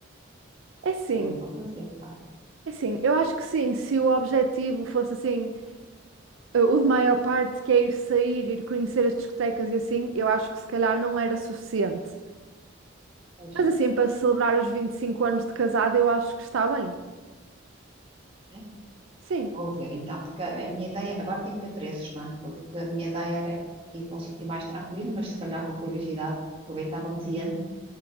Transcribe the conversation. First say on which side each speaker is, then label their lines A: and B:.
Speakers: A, on the right; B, on the right.
A: É sim,
B: Há muito para fazer, claro.
A: é sim, eu acho que sim, se o objetivo fosse assim eh, o de maior parte que é ir sair, ir conhecer as discotecas e assim, eu acho que se calhar não era suficiente.
B: Pois.
A: Mas assim, para celebrar os 25 anos de casada, eu acho que está bem.
B: É,
A: Sim,
B: Vou ver, então, porque a a minha ideia, agora tem que ter preços, não é? Porque a minha ideia era ir para um sítio mais tranquilo, mas se calhar com a curiosidade aproveitávamos e antes